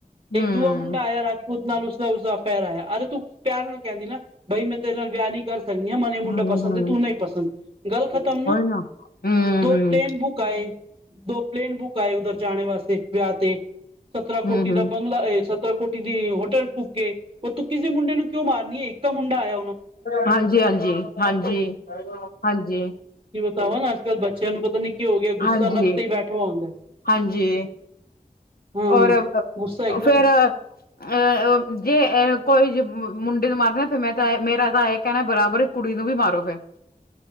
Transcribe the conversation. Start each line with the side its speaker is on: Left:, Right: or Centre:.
Right: ਇੱਕ
Left: ਹਮ
Right: ਦੂਆ ਮੁੰਡਾ ਆਇਆ ਰਾ ਉਸ ਨਾਲ, ਉਸਦਾ- ਉਸਦਾ ਅਫੇਅਰ ਹੈ, ਅਰੇ ਤੂੰ ਪਿਆਰ ਨਾਲ ਕਹਿੰਦੀ ਨਾ, ਬਈ ਮੈਂ ਤੇਰੇ ਨਾਲ ਵਿਆਹ ਨਹੀਂ ਕਰ ਸਕਦੀ ਹਾਂ, ਮੈਨੂੰ ਇਹ ਮੁੰਡਾ
Left: ਹੂੰ-ਹੂੰ,
Right: ਪਸੰਦ ਹੈ। ਤੂੰ ਨਹੀਂ ਪਸੰਦ, ਗੱਲ ਖਤਮ ਨਾ,
Left: ਉਹੀ ਹੂੰ-ਹੂੰ,
Right: ਦੋ ਪਲੇਨ ਬੁੱਕ ਬੁੱਕ ਆ ਏ, ਦੋ ਪਲੇਨ ਬੁੱਕ ਆ ਏ, ਉੱਧਰ ਜਾਣੇ ਵਾਸਤੇ ਵਿਆਹ ਤੇ ਸਤਰਾਂ,
Left: ਹੂੰ-ਹੂੰ,
Right: ਕੋਟੀ ਦਾ ਬੰਗਲਾ ਏ। ਕੋਟੀ ਦੀ, ਹੋਟਲ ਬੁੱਕ ਏ, ਉਹ ਤੂੰ ਕਿਸੇ ਮੁੰਡੇ ਨੂੰ ਕਿਉਂ ਮਾਰਨੀ ਹੈ? ਇੱਕਾ ਮੁੰਡਾ ਐ
Left: ਹਾਂਜੀ- ਹਾਂਜੀ, ਹਾਂਜੀ -ਹਾਂਜੀ।
Right: ਪਵਨ, ਅੱਜ- ਕੱਲ੍ਹ ਬੱਚਿਆਂ ਨੂੰ, ਪਤਾ ਨੀ ਕੀ ਹੋ ਗਿਆ, ਗੁੱਸਾ
Left: ਹਾਂਜੀ,
Right: ਨੱਕ ਤੇ
Left: ਹਾਂਜੀ
Right: ਹੀ ਬੈਠਾ ਹੁੰਦਾ।
Left: ਹਾਂਜੀ,
Right: ਹਾਂ
Left: ਔਰ
Right: ਗੁੱਸਾ ਇੱਕਦਮ
Left: ਫੇਰ ਅ ਜੇ ਕੋਈ ਮੁੰਡੇ ਨੂੰ, ਮਾਰਦੇ ਨਾ, ਫੇਰ ਮੈਂ ਤਾਂ, ਮੇਰਾ ਤਾਂ ਇਹ ਕਹਿਣਾ, ਬਰਾਬਰ ਕੁੜੀ ਨੂੰ ਵੀ, ਮਾਰੋ ਫੇਰ।